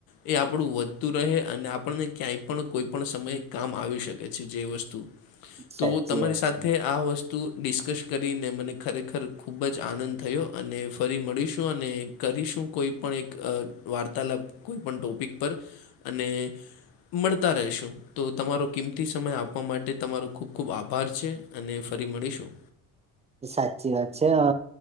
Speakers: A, on the left; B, on the right.
A: એ આપડુ વધતું રહે અને આપણને ક્યાંય પણ કોઈપણ સમયે કામ આવી શકે છે જે વસ્તુ તો
B: સાચી
A: તમારી
B: વાત
A: સાથે
B: છે.
A: આ વસ્તુ ડિસ્કસ કરીને, મને ખરેખર ખૂબ જ આનંદ થયો અને ફરી મળીશું અને કરીશું કોઈપણ એક વાર્તાલાપ કોઈપણ ટોપિક પર અને મળતા રહેશું, તો તમારો કિંમતી સમય આપવા માટે તમારો ખૂબ ખૂબ આભાર છે. અને ફરી મળીશું.
B: સાચી વાત છે અ..